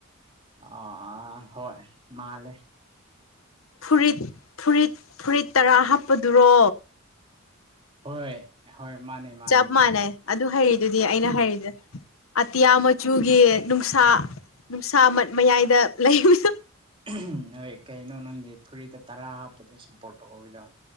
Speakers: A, on the right; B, on the left.
A: ꯑꯥ ꯑꯥ ꯍꯣꯏ ꯃꯥꯂꯦ
B: ꯐꯨꯔꯤꯠ ꯐꯨꯔꯤꯠ ꯐꯨꯔꯤꯠ ꯇꯔꯥ ꯍꯥꯞꯄꯗꯨꯔꯣ
A: ꯍꯣꯏ ꯍꯣꯏ ꯃꯥꯅꯦ ꯃꯥꯅꯦ
B: ꯆꯞ
A: ꯃꯥꯅꯦ
B: ꯃꯥꯟꯅꯩ ꯑꯗꯨ ꯍꯩꯔꯤꯗꯨꯗꯤ ꯑꯩꯅ ꯍꯥꯏꯔꯤꯗꯣ ꯑꯇꯤꯌꯥ ꯃꯆꯨꯒꯤ ꯅꯨꯡꯁꯥ ꯅꯨꯡꯁꯥ ꯃꯠ ꯃꯌꯥꯏꯗ ꯂꯩꯕꯗꯨ
A: ꯑꯍꯝ ꯅꯣꯏ ꯀꯩꯅꯣ ꯅꯪꯗꯤ ꯐꯨꯔꯤꯗ ꯇꯔꯥ ꯍꯥꯞꯄꯗꯣ ꯁꯞꯄꯣꯔꯠ ꯇꯧꯍꯧꯔꯤꯗꯣ